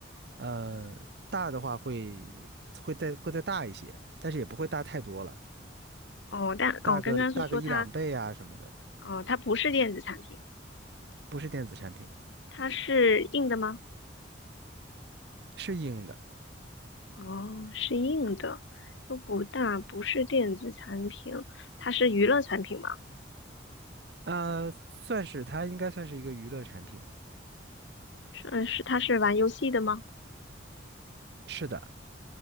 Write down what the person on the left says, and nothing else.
哦，但哦，
刚刚是说它，哦，它不是电子产品，
它是硬的吗？
哦，是硬的，又不大，不是电子产品，它是娱乐产品吗？
是呃是，它是玩游戏的吗？